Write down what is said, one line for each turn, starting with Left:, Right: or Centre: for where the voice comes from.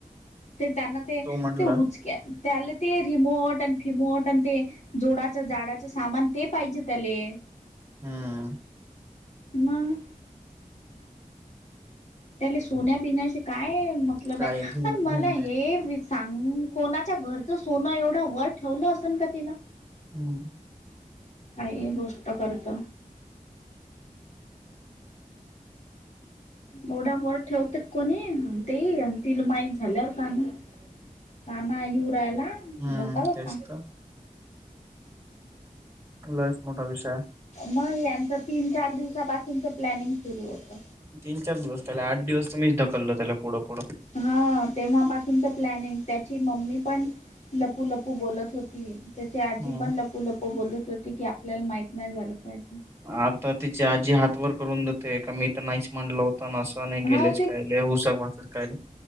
Left: ते त्यांना ते
Right: तो म्हटला
Left: ते उचके, त्याला ते रिमोट आणि भिमोट आणि ते. जोडाच्या झाडाच सामान ते पाहिजे तले.
Right: हम्म.
Left: मग, त्याले सोन्या बिण्याचे काय मतलब
Right: काय
Left: आहे.
Right: घेन
Left: पण मला
Right: घेन
Left: हे,
Right: देन.
Left: सांग, कोणाच्या घरचं सोनं एवढं वर ठेवलं असल का तिनं.
Right: हम्म.
Left: काही गोष्ट करत. एवढा वर ठेवते कोणी ते, आणि तिला माहीत झाल्यावर का नाही. काना येऊ रायला
Right: हम्म.
Left: बपा बपा.
Right: तेच तर लईच मोठा विषय.
Left: मग यांचं तीन चार दिवसापासूनच प्लॅनिंग सुरू होत.
Right: तीन चार दिवस त्याला, आठ दिवस तर मीच ढकलो त्याला पुढं पुढं.
Left: हां, तेव्हापासूनच प्लॅनिंग त्यांची मम्मी पण. लपू लपू बोलत होती. त्याचे आजी
Right: हम्म.
Left: पण लपू लपू बोलत होती की, आपल्याला माहीत नाही झालं. पाहिजे
Right: आता तिची आजी हात वर करून देतेय का, मी तर नाहीच मंडल होता ना अस. का नाही गेलेच
Left: हा
Right: काय ले, ऊसर वाढते काय ले.